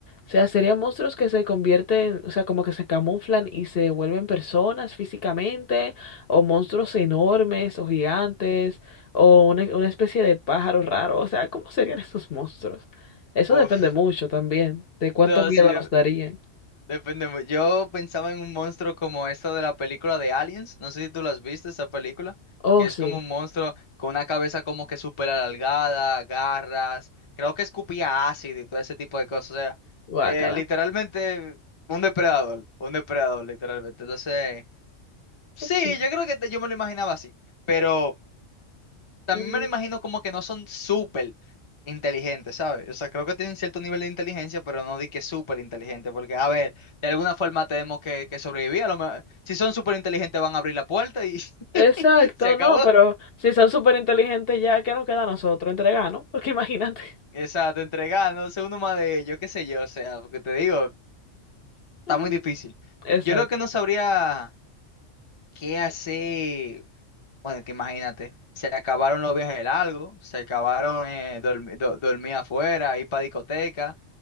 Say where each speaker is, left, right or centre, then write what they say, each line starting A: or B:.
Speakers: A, on the left (about 55°); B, on the left (about 30°).
A: O sea, serían monstruos que se convierten, o sea, como que se camuflan y se vuelven personas físicamente, o monstruos enormes, o gigantes, o una, una especie de pájaro raro, o sea, ¿cómo serían esos monstruos? Eso
B: Uf,
A: depende mucho también, de cuánto
B: no,
A: miedo
B: sí, de,
A: nos darían.
B: Depende. mu- Yo pensaba en un monstruo como esta de la película de Aliens. No sé si tú las viste, esa película.
A: Oh,
B: Que es
A: sí,
B: como un monstruo con una cabeza como que súper alargada, garras. Creo que escupía ácido y todo ese tipo de cosas. O sea,
A: guácala.
B: eh, literalmente un depredador. Un depredador, literalmente. Entonces, sí,
A: Ok.
B: yo creo que te- yo me lo imaginaba así. Pero también
A: Mm,
B: me lo imagino como que no son súper inteligentes, ¿sabes? O sea, creo que tienen cierto nivel de inteligencia, pero no di que súper inteligentes, porque, a ver, de alguna forma tenemos que, que sobrevivir. A lo mejor, si son súper inteligentes, van a abrir la puerta y <laughs>
A: Exacto,
B: se acabó.
A: no, pero si son súper inteligentes ya, ¿qué nos queda a nosotros? Entregar, ¿no? Porque <laughs> imagínate.
B: Exacto, entregar, no uno más de ellos, qué sé yo, o sea, porque te digo, está
A: Mm,
B: muy difícil.
A: Exacto,
B: Yo lo que no sabría qué hacer. Bueno, que imagínate, se acabaron los viajes largos, se acabaron eh, dormi- do- dormir afuera, ir para discoteca,